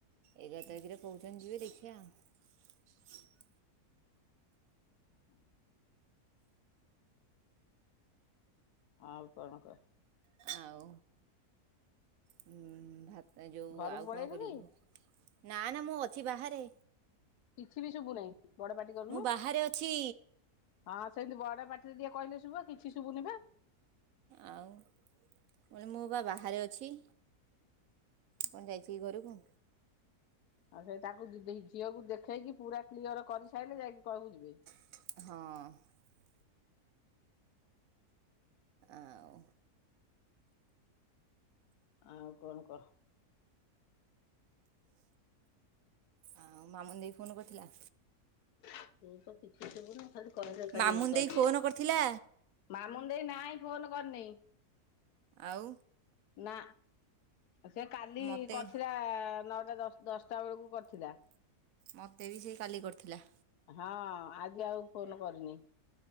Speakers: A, on the right; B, on the left.
A: ଏଗାର ତାରିଖରେ କହୁଛନ୍ତି ଯିବେ ଦେଖିବା ଆଉ।
B: ହୁଁ। ଆଉ କଣ କହ?
A: ଆଉ ଭାତ୍ ଯୋଉ
B: ଘରକୁ
A: ଆଉ
B: ପଳେଇଲୁ
A: କଣ କରିବୁ
B: କି
A: ନା ନା ମୁଁ ଅଛି ବାହାରେ।
B: କିଛି ବି ଶୁଭୁନାହିଁ ବଡ ପାଟି କରୁନୁ
A: ମୁଁ ବାହାରେ ଅଛି
B: ହଁ ସେମତି ବଡ ପାଟି ଟି କହିଲେ ଶୁବିବ କିଛି ଶୁବୁନି ବା।
A: ଆଉ କହିଲି ମୁଁ ବା ବାହାରେ ଅଛି। କଣ ଯାଇଚି ଘରକୁ?
B: ଆଉ ସେ ତାକୁ ଝିଅକୁ ଦେଖେଇକି ପୁରା କ୍ଲିଅର କରି ସାରିଲେ ଯାଇକି କହିବୁ ଯିବେ।
A: ହଁ। ଆଉ।
B: ଆଉ କଣ କହ୍।
A: ଆଉ ମାମୁନ ଦେଇ ଫୋନ୍ କରିଥିଲା।
B: ସେ ତ କିଛି ଦେବୁ ନା ଖାଲି କରଜ ଖାଲି
A: ମାମୁନି
B: କ
A: ଦେଇ ଫୋନ୍ କରିଥିଲା
B: ମାମୁନ ଦେଇ ନାଇଁ ଫୋନ କରିନେଇ।
A: ଆଉ।
B: ନା ସେ କାଲି
A: ମୋତେ
B: କରିଥିଲା ନଅ ଦଶଟା ବେଳକୁ କରିଥିଲା।
A: ମତେ ବି ସେଇ କାଲି କରିଥିଲା।
B: ହଁ ଆଜି ଆଉ ଫୋନ କରିନି।